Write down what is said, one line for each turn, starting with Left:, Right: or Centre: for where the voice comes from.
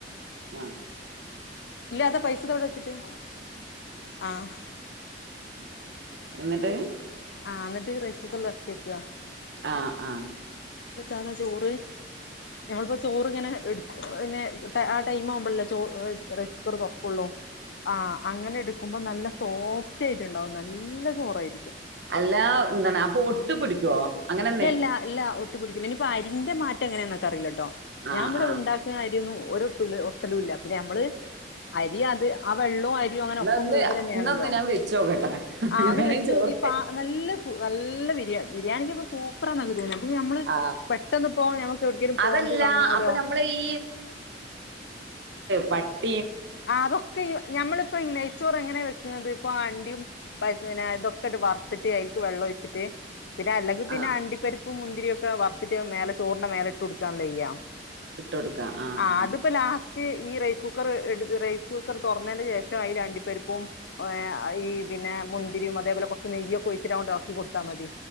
Right: ആഹ്
Left: ഇല്ല താ പൈസദാവ്ടെ വച്ചിട്ട് ആഹ്
Right: എന്നിട്ട്
Left: ആ എന്നിട്ട് റൈസ് കുക്കറിലെറെക്യക്ക
Right: ആഹ് ആഹ്
Left: തന്ന ചോറ് ഞമ്മളിപ്പോ ചോറ് ഇങ്ങനെ എട് പിന്നെ ആ ടൈം ആവുമ്പോള്ലെ ചോ റൈസ് കുക്കറ് തോറക്കൊള്ളൂ ആ അങ്ങനെ എട് ക്കുമ്പോ നല്ല സോഫ്റ്റ് ആയിട്ടുണ്ടാവും നല്ല ചോറായിരിക്കും
Right: അല്ലാ എന്താണ് അപ്പൊ ഒട്ട് പിടിക്കുവോ? അങ്ങനെ
Left: ഇല്ല
Right: എന്തേ
Left: ഇല്ല ഇല്ല ഒ ഒട്ടി പിടിക്കൂല ഇനിപ്പോ അരിന്റെ മാറ്റ എങ്ങനെയാന്ന് നക്ക് അറിയില്ലട്ടോ
Right: ആ
Left: ഞാൻ ഇവ്ടെ
Right: ആ
Left: ഉണ്ടാക്കുന്ന അരിഒന്നു ഒരു ഒട്ടു ഒട്ടലുംല്ല ഞമ്മള്
Right: അതെ
Left: അരി അത് ആ വെള്ളൊ അരിം അങ്ങനെ
Right: ഇന്നൊന്ന്
Left: ഒപ്പം വേവലന്നെയാണല്ലോ
Right: ഇന്നൊന്ന് ഞാൻ വെച്ചോക്കട്ടെ
Left: ആ അത്
Right: വേണേൽ
Left: വെച്ച്
Right: ചോറ്
Left: നോക്കി പ നല്ല ഫു നല്ല നല്ല ബരിയാ ബിരിണിക്ക് ഇപ്പം സ് സൂപ്പറാന്നാ നക്ക് തോന്നിയെ അപ്പ നമ്മള്
Right: ആ
Left: പെട്ടെന്ന് ഇപ്പോ ഞമ്മക്ക് എവിടെക്കെലും പോണ്ടി
Right: അതല്ല
Left: വന്നാലോ
Right: അപ്പൊ നമ്മള് ഈ പട്ട്
Left: ആ അതൊക്കെ ഈ ഞമ്മളിപ്പോ നെയ്യ് ച്ചോറ് എങ്ങനെ വെക്കുന്നത് ഇപ്പൊ അണ്ടിയും പ ഇതൊക്കെ ഇട്ട് വറുത്തിട്ട് അതിക്ക് വെള്ളം ഒഴിച്ചിട്ട് പിന്നെ അല്ലെങ്കിപിന്നെ
Right: ആ
Left: അണ്ടി പരിപ്പ് ഉപ്പും മുന്തിരിയൊക്കെ വറത്തിട്ട് മേല ചോറിന്റെ മേലെ ഇട്ട് കൊടുക്കാനല്ലേ ചെയ്യാ
Right: ഇട്ടൊടുക്കാ ആഹ
Left: ആ
Right: ആഹ
Left: അതിപ്പോ ലാസ്റ്റ് ഈ റൈസ് കുക്കർ എടു റൈസ് കുക്കർ തുറന്നതിന്റെ ശേഷം അതിഅണ്ടി പരിപ്പും ഹ ഈ പിന്നെ മുന്തിരിയും അതേപോലെ കുറച്ച് നെയ്യ്ഒക്കെ ഒഴിച്ചിട്ട അളക്കി കൊടുത്താൽ മതി